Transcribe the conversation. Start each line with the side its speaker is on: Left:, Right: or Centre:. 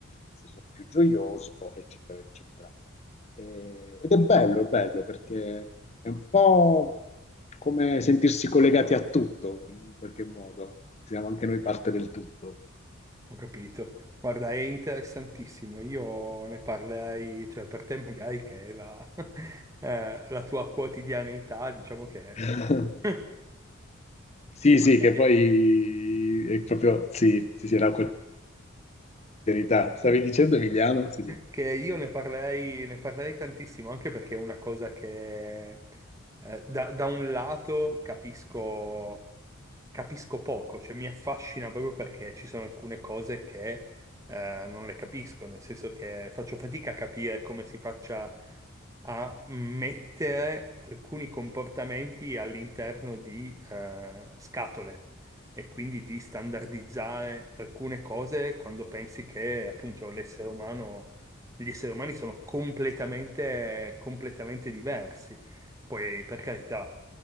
Left: se sono più gioioso, eccetera, eccetera. E- ed è bello, è bello perché è un po' come sentirsi collegati a tutto, in qualche modo. Siamo anche noi parte del tutto.
Right: Ho capito. Guarda, è interessantissimo. Io ne parlerei, cioè per te magari che è la, <laughs> eh, la tua quotidianità, diciamo che
Left: <laughs>
Right: <laughs>
Left: Sì, sì,
Right: magari
Left: che poi è proprio, sì, sì, sì, la quotidianità. Stavi dicendo Emiliano? Sì,
Right: Che io ne parlerei, ne parlerei tantissimo, anche perché è una cosa che eh, da, da un lato capisco, capisco poco, cioè mi affascina proprio perché ci sono alcune cose che eh, non le capisco, nel senso che faccio fatica a capire come si faccia a mettere alcuni comportamenti all'interno di eh, scatole e quindi di standardizzare alcune cose quando pensi che appunto l'essere umano gli esseri umani sono completamente, completamente diversi. Poi, per carità,